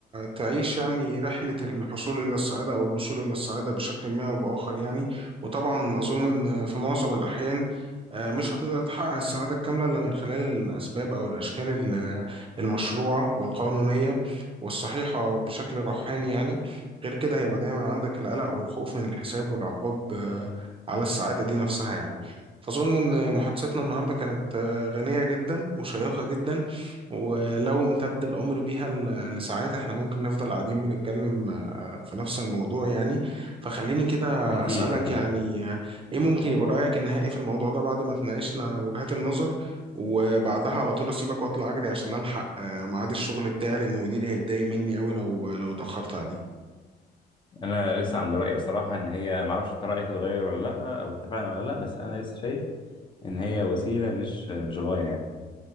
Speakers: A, on the right; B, on the left.
A: تعيش يعني رحلة الحصول إلى السعادة أو الوصول إلى السعادة بشكل ما أو بآخر يعني وطبعا أظن إن في معظم الأحيان آه، مش هتقدر تحقق السعادة الكاملة إلا من خلال الأسباب أو الأشكال ال- المشروعة والقانونية والصحيحة بشكل روحاني يعني غير كده هيبقى دايما عندك القلق والخوف من الحساب والعقاب آه، على السعادة دي نفسها يعني فأظن إن محادثتنا النهاردة كانت آه، غنية جدا وشيقة جدا ولو امتد الأمر بيها ل- لساعات احنا ممكن نفضل قاعدين بنتكلم آه، في نفس الموضوع يعني فخليني كده
B: اكيد
A: أسألك
B: اكيد
A: يعني آه، ايه ممكن يبقى رأيك النهائي في الموضوع ده بعد ما تناقشنا وجهات النظر وبعدها على طول أسيبك وأطلع أجري عشان ألحق آه، ميعاد الشغل بتاعي لأن مديري هيتضايق مني أوي لو لو اتأخرت عليه
B: انا لسه عند رايي بصراحه ان هي ما اعرفش انت رايك اتغير ولا لا او اتفقنا ولا لا بس انا لسه شايف ان هي وسيله مش مش غايه يعني